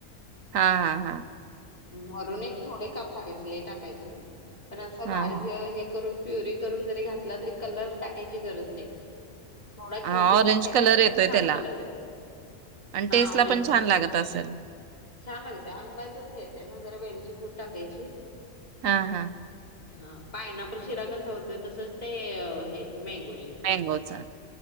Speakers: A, on the right; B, on the left.
A: हा-हा- हा
B: वरून एक थोडे काप टाकायचे लय टाकायचे नाही. पण असं
A: हां,
B: <unintelligible> हे करून प्युरी करून जरी घातला तरी कलर टाकायची गरज नाही थोडा किंचित
A: हां. ऑरेंज
B: टाकायचा
A: कलर
B: पण
A: येतोय
B: छान
A: त्याला
B: कलर येतो.
A: आणि
B: हा
A: टेस्टला
B: ऑरेंज
A: पण छान
B: कलर
A: लागत
B: येतो.
A: असेल.
B: छान लागते आंब्याचंच येतय ना जरा वेलची पुड टाकायची
A: हां, हां.
B: हा, पायनपल शिरा कसा असतो, तसंच ते हे, मँगो शिरा.
A: मँंगोचा,